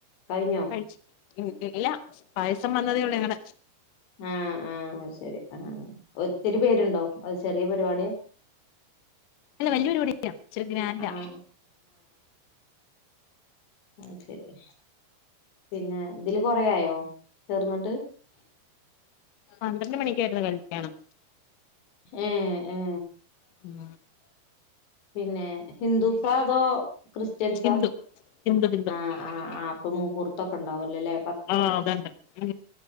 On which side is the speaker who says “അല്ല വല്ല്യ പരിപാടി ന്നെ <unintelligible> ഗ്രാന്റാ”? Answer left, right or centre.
Left